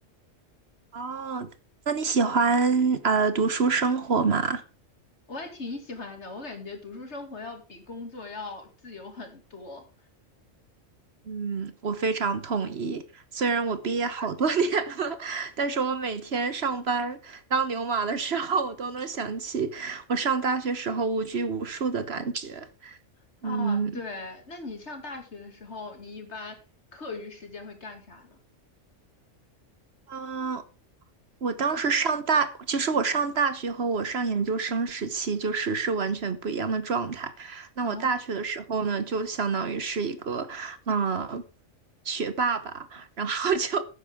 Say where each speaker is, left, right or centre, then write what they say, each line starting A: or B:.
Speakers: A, on the right; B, on the left.
A: 哦，那你喜欢呃读书生活吗？
B: 我还挺喜欢的。我感觉读书生活要比工作要自由很多
A: 嗯，我非常同意。虽然我毕业好多年了，<laughs> 但是我每天上班当牛马的时候，我都能想起我上大学时候无拘无束的感觉。
B: 啊。
A: 嗯。
B: 对，那你上大学的时候，你一般课余时间会干啥呢？
A: 嗯，我当时上大，其实我上大学和我上研究生时期就是是完全不一样的状态。那我大学的时候呢，
B: 哦
A: 就相当于是一个嗯学霸吧，然后 <laughs> 就